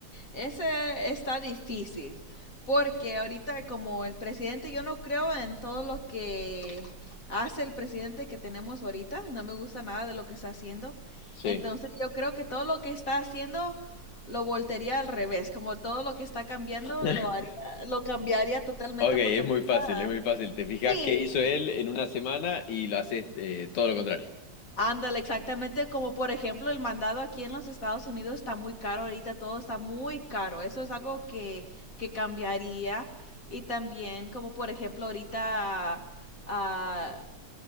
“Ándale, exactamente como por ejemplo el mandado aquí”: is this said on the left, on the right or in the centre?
Left